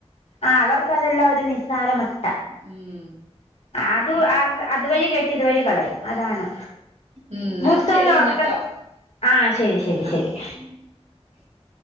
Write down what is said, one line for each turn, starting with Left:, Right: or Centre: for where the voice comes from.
Left: ആ അവർക്കതെല്ലാം ഒരു നിസ്സാരമട്ട
Right: ഉം
Left: അത്
Right: ഉം
Left: അതുവഴി കേെട്ടി ഇതുവഴി കളയും അതാണ്
Right: ഉം എന്നാ
Left: പുുസ്തകന്റെറക്ക
Right: ശരി എന്നാട്ടോ
Left: ആ ശരി ശരി
Right: ആഹ്
Left: ശരി
Right: <unintelligible>